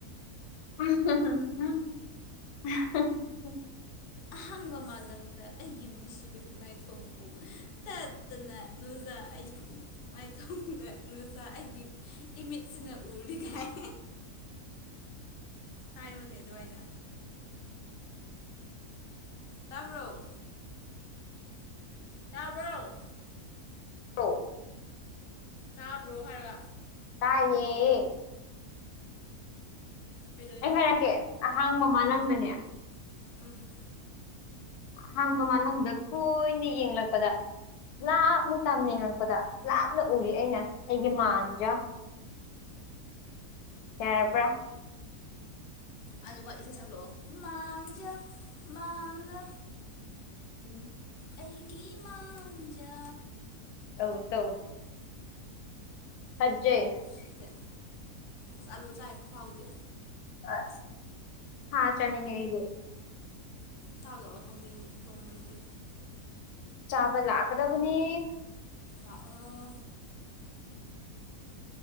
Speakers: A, on the left; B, on the left.
A: <unintelligible>
B: ꯑꯍꯥꯡꯕ ꯃꯥꯂꯗ ꯑꯩꯒꯤ ꯅꯨꯡꯁꯤꯕꯒꯤ ꯃꯥꯏꯊꯣꯡꯕꯨ ꯇꯠꯇꯅ ꯅꯨꯡꯖ ꯇ ꯑꯩ ꯃꯥꯏꯊꯣꯡꯗ ꯅꯨꯖ ꯑꯩꯒꯤ ꯏꯃꯤꯠꯁꯤꯅ ꯎꯔꯤꯈꯥꯏ ꯍꯥꯏꯌꯨꯅꯦ ꯑꯗꯨꯃꯥꯏꯅ ꯇꯥꯕ꯭ꯔꯣ ꯇꯥꯃꯣ
A: ꯑ
B: ꯇꯥꯕ꯭ꯔꯣ ꯍꯥꯏꯔꯒ
A: ꯇꯌꯦꯌꯦ
B: ꯀꯩꯗꯧꯔꯤꯅꯣ
A: ꯑꯩ ꯍꯥꯏꯔꯛꯀꯦ ꯑꯍꯥꯡ ꯃꯃꯥ ꯂꯪꯗꯅꯦ
B: ꯎꯝ
A: ꯍꯥꯡ ꯃꯃꯜ ꯂꯝꯗ ꯀꯨꯅ ꯌꯦꯡꯂꯛꯄꯗ ꯂꯥꯞꯅ ꯇꯥꯝꯅꯤꯡꯉꯛꯄꯗ ꯂꯥꯞꯅ ꯎꯔꯤ ꯑꯩꯅ ꯑꯩꯒꯤ ꯃꯥꯟꯖ ꯌꯥꯔꯕ꯭ꯔꯥ
B: ꯑꯗꯨꯒ ꯏꯁꯩ ꯁꯛꯂꯛꯑꯣ ꯃꯥꯟꯖ ꯃꯥꯟꯖ
A: ꯎꯝ
B: ꯑꯩꯒꯤ ꯃꯥꯡꯖ
A: ꯑꯧ ꯇꯧ ꯁꯠꯖꯦ
B: ꯁꯤꯠꯇꯦ ꯑꯁ ꯑꯂꯨ ꯆꯥꯏ ꯍꯦꯛꯄꯥꯎꯗꯤ
A: ꯑꯁ ꯍ ꯆꯅꯤꯡꯉꯦ
B: ꯇꯥꯂꯛꯑꯣ ꯊꯣꯝꯕꯤ ꯊꯣꯡꯝꯔꯤꯁꯤꯗꯤ
A: ꯆꯥꯄꯜ ꯂꯥꯛꯀꯗꯕꯨꯅꯤ
B: ꯂꯥꯛꯑꯣ